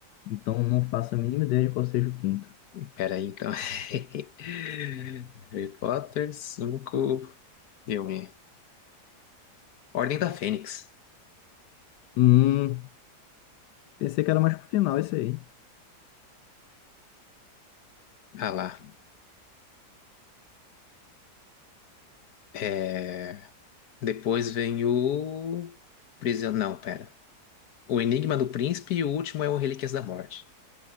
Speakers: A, on the left; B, on the left.
A: Então não faço a mínima ideia de qual seja o quinto.
B: Pera aí, então. <laughs> Harry Potter 5, filme. Ordem da Fênix.
A: Hum, pensei que era mais pro final esse aí.
B: Ah lá. É... Depois vem o... Prision... Não, pera. O Enigma do Príncipe e o último é o Relíquias da Morte.